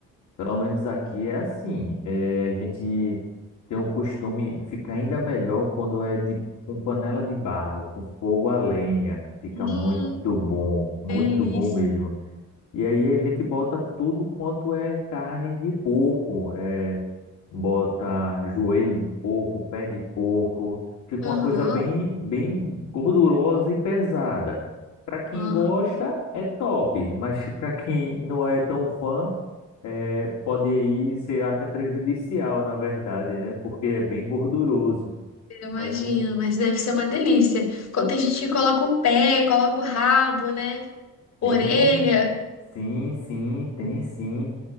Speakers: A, on the left (about 70°); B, on the left (about 60°).
A: Pelo menos aqui é assim. é, a gente tem o costume, fica ainda melhor quando é de com panela de barro, com fogo a lenha. Fica
B: Hum,
A: muito bom, muito
B: delícia.
A: bom mesmo. E aí a gente bota tudo quanto é carne de porco. é, bota joelho de porco, pé de porco. Fica
B: Aham,
A: uma coisa bem, bem gordurosa e pesada. Para quem
B: aham.
A: gosta, é top, mas para quem não é tão fã é, pode aí ser até prejudicial, na verdade, né? Porque é bem gorduroso.
B: Eu imagino,
A: Mas é,
B: mas deve ser uma delícia. Co- Tem gente que coloca o pé, coloca o rabo, né? Orelha.
A: tem, sim, sim, tem sim.